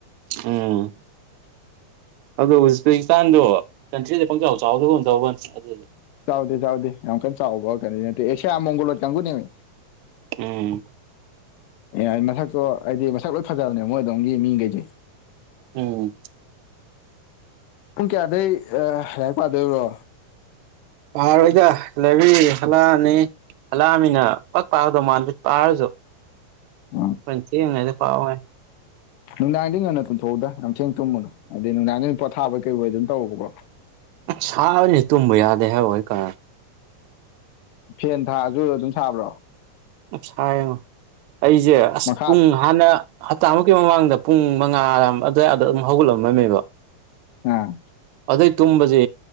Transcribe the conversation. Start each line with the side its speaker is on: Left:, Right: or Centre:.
Right: ꯑꯥ ꯑꯗꯣ ꯎꯖꯄꯦꯀꯤꯁꯇꯥꯟꯗꯣ ꯀꯟꯇ꯭ꯔꯤꯗ ꯄꯪꯆꯥꯎ ꯆꯥꯎꯗ ꯍꯣꯟ ꯇꯧꯕꯅꯦ ꯑꯗꯨꯗ
Left: ꯆꯥꯎꯥꯎꯗꯦ ꯆꯥꯎꯗꯦ ꯌꯥꯝ ꯀ ꯆꯥꯎꯥꯎꯕ ꯀꯦ ꯌꯥꯝ ꯑꯃ ꯃꯪꯣꯂꯣꯔ ꯆꯪꯨ ꯅꯃꯤ
Right: ꯎꯝ
Left: ꯑꯦ ꯃꯁꯛꯇꯣ ꯍꯥꯏꯗꯤ ꯃꯁꯛ ꯂꯣꯏ ꯐꯖꯕꯅꯦ ꯃꯣꯏꯗꯣꯝꯒꯤ ꯃꯤꯈꯩꯁꯦ
Right: ꯎꯝ
Left: ꯄꯨꯡ ꯀꯌꯥꯗꯩ ꯍꯥꯏꯥꯛ ꯄꯥꯗꯣꯏꯔꯤꯕ꯭ꯔꯣ
Right: ꯄꯥꯔ ꯑꯣꯏꯗ ꯂꯩꯕꯤ ꯍꯂꯅꯤ ꯍꯜꯂꯛꯑꯃꯤꯅ ꯄꯛ ꯄꯥꯗꯣ ꯃꯥꯥꯟꯠ ꯄꯥꯔꯁꯨ
Left: ꯎꯝ
Right: ꯐꯆ ꯌꯦꯉꯗꯤ ꯄꯥꯕꯦ
Left: ꯅꯨꯡꯗꯥꯡꯗꯒꯤ ꯉꯟꯅ ꯇꯨꯝꯊꯣꯛꯎꯗ ꯌꯥꯝꯊꯦꯡ ꯊꯨꯝꯕꯅꯨ ꯍꯥꯏꯗꯤ ꯅꯨꯡꯗꯥꯡꯗꯒꯤ ꯄꯣꯊꯥꯕꯩ ꯀꯩꯕꯩ ꯑꯗꯨꯝ ꯇꯧꯕꯀꯣ
Right: ꯁꯥꯕꯅꯤ ꯇꯨꯝꯕ ꯌꯥꯗꯦ ꯍꯥꯏꯣꯏ ꯀ
Left: ꯐꯦꯟ ꯊꯥꯔꯁꯨ ꯑꯗꯨꯝ ꯁꯥꯕ꯭ꯔꯣ
Right: ꯑꯁꯥꯏ ꯌꯦꯡꯉꯣ ꯑꯩꯁꯦ ꯑꯁ
Left: ꯃꯈꯥ
Right: ꯄꯨꯡ ꯍꯥꯟꯅ ꯍꯞꯇꯥꯃꯨꯛꯀꯤ ꯃꯃꯥꯡꯗ ꯄꯨꯡ ꯃꯉꯥ ꯑꯗꯨꯋꯥꯏ ꯑꯗ ꯑꯗꯨꯝ ꯍꯧꯒꯠꯂꯝꯂꯝꯃꯦꯕ
Left: ꯎꯝ
Right: ꯑꯗꯩ ꯇꯨꯝꯕꯁꯤ